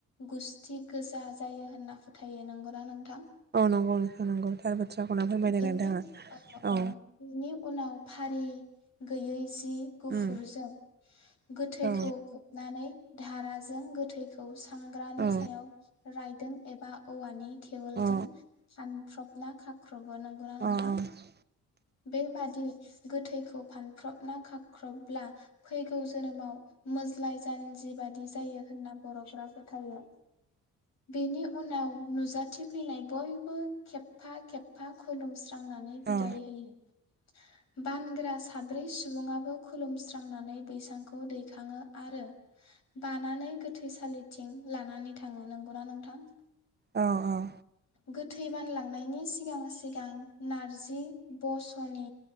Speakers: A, on the left (about 65°); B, on the right (about 35°).
A: गुस्थि गोजा जायो होन्ना फोथायो नंगौना नोंथां?
B: औ नंगौ नोंथां नंगौ थार बाथ्राखौनो
A: <unintelligible>
B: फोरमायदों
A: बिनि
B: नोंथाङा
A: ओ बिनि
B: औ
A: उनाव फारि गैयै जि गुफुरजों
B: उम
A: गोथैखौ
B: औ
A: खोबनानै धाराजों गोथैखौ थांग्रानि
B: औ
A: सायाव रायदों एबा औवानि थेवल
B: अ
A: जों फानफ्रब ना खा ख्र'बो नंगौना
B: अ
A: नोंथां? बेबादि गोथैखौ फानफ्रबना खाख्रबब्ला फैगौ जोनोमाव मोज्लाय जानजि बादि जायो होन्ना बर'फोरा फोथायो। बेनि उनाव नुजाथिफैनाय बयबो खेबफा खब फा खुलुम स्रांनांनै बिदाय
B: अ
A: होयो। बानग्रा साब्रै सुबुङाबो खुलुमस्रांनानै बैसांखौ दैखाङो आरो बानानै गोथैसालिथिं लानानै थाङो नंगौना नोंथां?
B: औ औ
A: गोथै बानलांनायनि सिगां सिगां नारजि बस'नि